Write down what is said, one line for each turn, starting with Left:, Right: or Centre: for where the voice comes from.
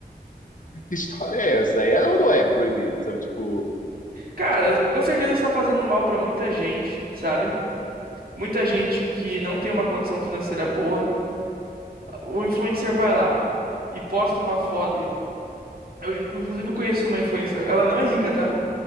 Left: que história é essa? É ou não é proibido? Sabe, tipo.
Right: Cara, com certeza está fazendo mal pra muita gente, sabe? Muita gente que não tem uma condição financeira boa. O influencer vai lá e posta uma foto. e- Eu, inclu- inclusive, conheço uma influencer. Ela não é rica, tá?